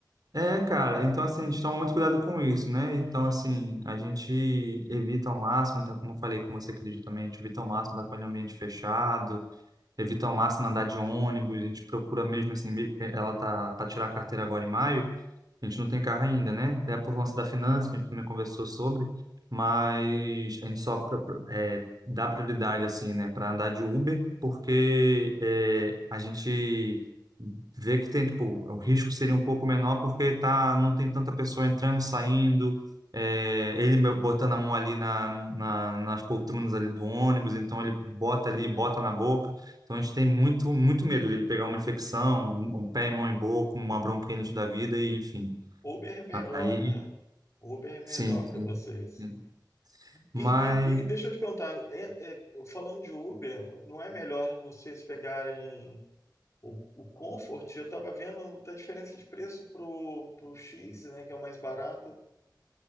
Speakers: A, on the right (about 55°); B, on the left (about 40°).
A: É, cara, então assim, a gente toma muito cuidado com isso, né? Então, assim, a gente evita ao máximo, então, como eu falei com você, acredito também, a gente evita ao máximo estar com ele em ambiente fechado, evito ao máximo andar de ônibus, a gente procura mesmo assim, me- eh, ela tá para tirar a carteira agora em maio, a gente não tem carro ainda, né? É por lance da finança, que a gente também conversou sobre, mas a gente só pra- pra- é, dá prioridade assim, né, para andar de Uber, porque é, a gente vê que tem, tipo, o risco seria um pouco menor porque tá, não tem tanta pessoa entrando e saindo, é, ele me- botando a mão ali na, na- nas poltronas ali do ônibus, então ele bota ali, bota na boca, então a gente tem muito, muito medo dele pegar uma infecção, um, um pé e mão em boca, uma bronquite da vida, e enfim.
B: Uber é melhor,
A: Aí,
B: né? Uber é melhor
A: sim, sim,
B: para vocês.
A: sim. Mas,
B: E, e- e deixa eu te perguntar, é- é, falando de Uber, não é melhor vocês pegarem o, o Comfort? Eu estava vendo a diferença de preço pro, pro X, né, que é o mais barato,